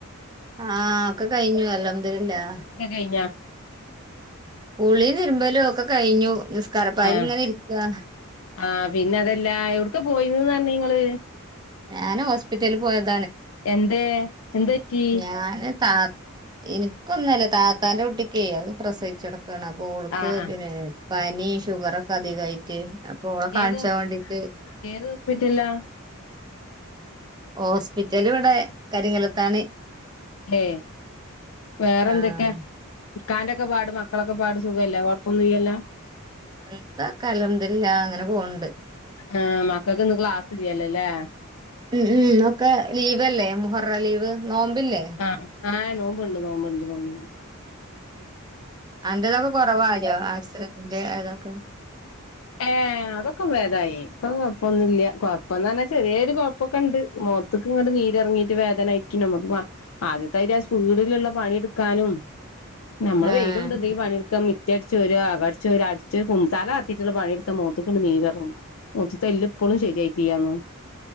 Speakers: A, on the right; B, on the left.
A: ആഹ് ഒക്കെ കഴിഞ്ഞു അൽഹംദുലില്ലാഹ്.
B: കഴിഞ്ഞ
A: ഉളി തിരുമ്പലും ഒക്കെ കഴിഞ്ഞു. നിസ്കാരപ്പായിൽ
B: ആ
A: ഇങ്ങനെ ഇരിക്കാ
B: ആ പിന്നെ അതെല്ലാ എട്ക്കാ പോയത് പർഞ്ഞ്ങ്ങള്
A: ഞാൻ ഹോസ്പിറ്റലിൽ പോയതാ.
B: എന്ത് പറ്റി
A: ഞാന് താ എനിക്കൊന്നല്ല താത്താന്റെ കുട്ടിക്കെ അത് പ്രസവിച്ചട് ക്കണ് അപ്പ ഓൾക്
B: ആഹ് ആഹ്
A: പിന്നെ പനി ഷുഗറോക്കെ അധികായിട്ട് അപ്പൊ ഓളെ കാൺച്ചാ
B: ഏത്
A: വേണ്ടീട്ട്
B: ഏത് ഹോസ്പിറ്റലിലാ
A: ഹോസ്പിറ്റല് ഇവടെ കരിങ്കലത്താണി
B: ഏ വേറെ
A: ആഹ്
B: എന്തൊക്കെ ഇക്കാന്റൊക്കെ പാട്, മക്കളൊക്കെ പാട് സുഖല്ലേ കൊഴ്പ്പൊന്നുല്ലല്ലോ?
A: എന്താ ആക്കാം അൽഹംദുലില്ലാ അങ്ങനെ പോണ് ഉണ്ട്.
B: ആഹ് മക്കൾക്ക് ഇന്ന് ക്ലാസ് ഇല്ലല്ലോ അല്ലേ
A: ഉം ഉം ഒക്കെ ലീവല്ലേ മുഹ <unintelligible> ലീവ് നോമ്പില്ലേ?
B: ആഹ് ആഹ് നോമ്പ് ഉണ്ട്, നോമ്പ് ഉണ്ട്, നോമ്പ് ഉണ്ട്.
A: അന്റെതൊക്കെ കൊറവായോ ആക്സിഡന്റെ അതൊക്കെ
B: ഏ അതൊക്കെ വേതായി ഇപ്പൊ കൊഴ്പ്പൊന്നുല്ല കൊഴ്പ്പന്ന് പർഞ്ഞാ ചെറേരു കൊഴപ്പൊക്കെണ്ട് മോ തക്ക് ഇങ്ങട് നീരിറങ്ങീട്ട് വേദനയയിറ്റു നമുക്ക് പ ആദ്യത്തെ മാതിരി ആ സ്പീടിലുള്ള പണി എടുക്കാനും. നമ്മള്
A: ആഹ്
B: വെയിലൊണ്ട് എന്തെങ്കിലും പണിയെടുക്ക മിറ്റം അടിച്ചു വാര്യാ അകം അടിച്ചു വാര്യാ അടിച്ച് കും തല <unintelligible> പണിയെട്ത്ത മോത്ക്കങ്ങ് നീരർങ്ങും, മോത്ത്തെല്ല് ഇപ്പളും ശെരിയായിട്ടില്ലാന്നു.